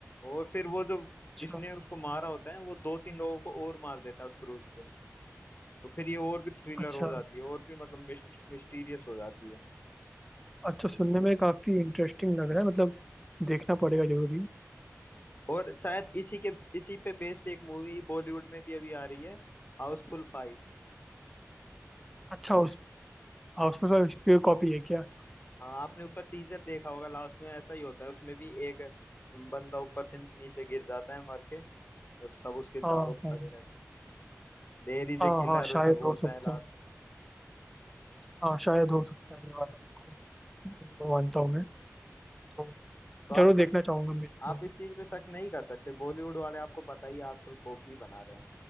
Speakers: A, on the left (about 35°); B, in the centre.
A: और फिर वो जो
B: अच्छा
A: जिसने उसको मारा होता है वो दो तीन लोगों को और मार देता है उस क्रूज पे तो फिर ये और भी थ्रिलर
B: अच्छा
A: हो जाती है और भी मतलब मिस्ट, मिस्टीरियस हो जाती है
B: अच्छा सुनने में काफी इंटरेस्टिंग लग रहा है मतलब देखना पड़ेगा जरूरी है
A: और शायद इसी के इसी पे बेस्ड एक मूवी बॉलीवुड में भी अभी आ रही है हाउसफुल फाइव
B: अच्छा उस हाँ, उसमें सर इसकी कॉपी है क्या
A: हाँ आपने उसका टीजर देखा होगा लास्ट में ऐसा ही होता है उसमें भी एक बंदा ऊपर से नीचे गिर जाता है मर के और सब उसके चारों
B: हाँ
A: ओर
B: हाँ
A: खड़े रहते हैं देयर इज
B: हाँ
A: ए किलर
B: हाँ
A: उसमें
B: शायद
A: बोलता
B: हो सकता
A: है लास्ट
B: है
A: में
B: हाँ शायद हो सकता है ये वाला बिल्कुल वो मानता हूँ मैं तो
A: तो आप
B: जरूर
A: शक,
B: देखना चाहूंगा मैं इसको
A: आप इस चीज पे शक नहीं कर सकते बॉलीवुड वाले आपको पता ही है, आजकल कॉपी बना रहे हैं